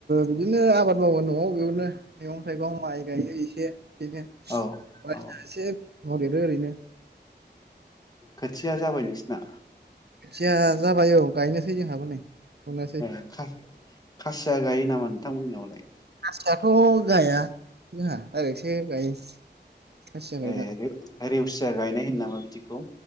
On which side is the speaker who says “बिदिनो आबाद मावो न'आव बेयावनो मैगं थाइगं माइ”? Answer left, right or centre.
Right